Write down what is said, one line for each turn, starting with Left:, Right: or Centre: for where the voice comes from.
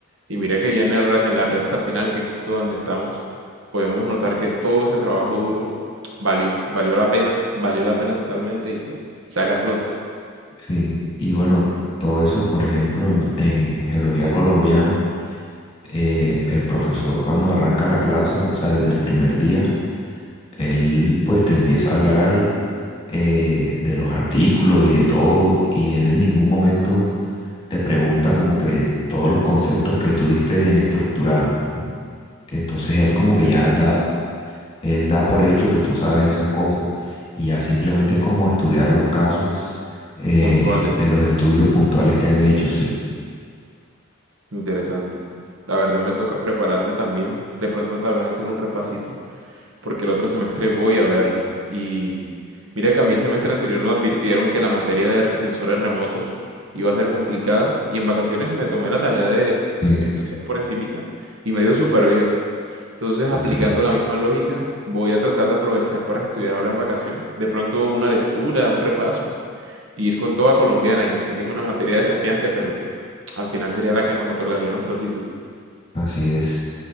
Right: Y mire que ya en el re- en la recta final, que es justo donde estamos, podemos notar que todo ese trabajo duro valió, valió la pena, valió la pena totalmente y pues sale a flote,
Left: Sí, y bueno, todo eso, por ejemplo, en, en geología colombiana, eh, el profesor cuando arranca la clase, o sea, desde el primer día, él pues te empieza a hablar eh, de los artículos y de todo, y él en ningún momento te pregunta como que todos los conceptos que tú diste en estructural. Entonces él como que ya da, él da por hecho que tú sabes esas cosas, y ya simplemente es como estudiar los casos eh,
Right: puntuales.
Left: de los estudios puntuales que han hecho, sí.
Right: Interesante. La verdad me toca prepararme también, de pronto tal vez hacer un repasito, porque el otro semestre voy a verla. Y mira que a mí el semestre anterior nos advirtieron que la materia de re- sensores remotos iba a ser complicada y en vacaciones me tomé la tarea de
Left: Sí,
Right: estudiar por encimita y me dio súper bien. Entonces,
Left: sí,
Right: aplicando
Left: claro.
Right: la misma lógica, voy a tratar de aprovechar para estudiar ahora en vacaciones. De pronto una lectura, un repaso, y ir con toda colombiana, que sé que es una materia desafiante, pero que al final sería la que nos otorgaría nuestro título.
Left: Así es.